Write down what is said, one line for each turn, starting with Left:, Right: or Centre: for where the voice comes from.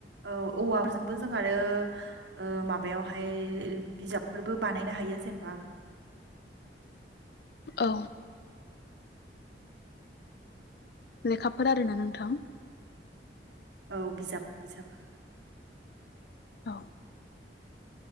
Right: औ-औवाफोरजोंबो जों आरो ओ माबायावहाय बिजाबफोरबो बानायनो हायो जेनेबा
Left: औ लेखाफोर आरोना नोंथां?
Right: औ बिजाब बिजाब
Left: औ